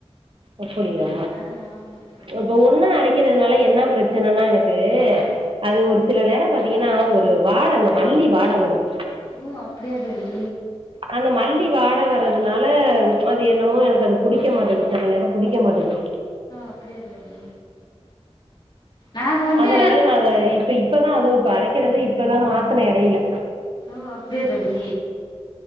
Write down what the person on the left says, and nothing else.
ஆ ஆமா தோழி
ஆ
ஓ அப்டியா தோழி
அப்டியா தோழி நாங்க வந்து
ஓ அப்டியா தோழி